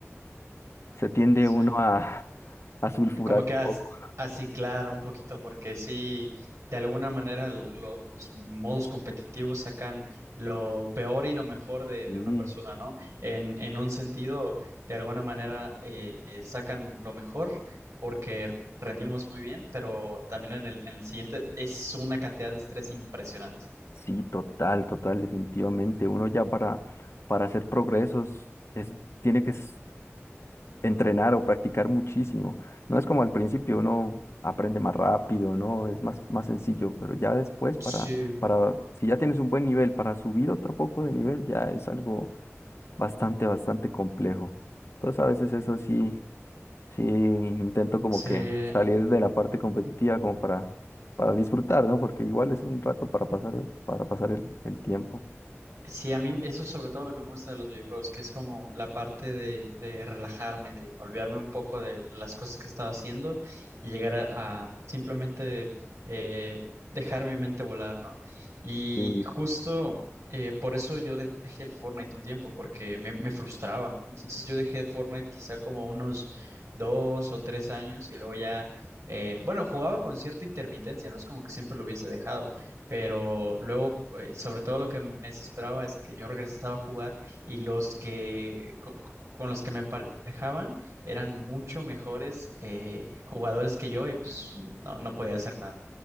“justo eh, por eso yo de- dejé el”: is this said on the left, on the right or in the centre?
Right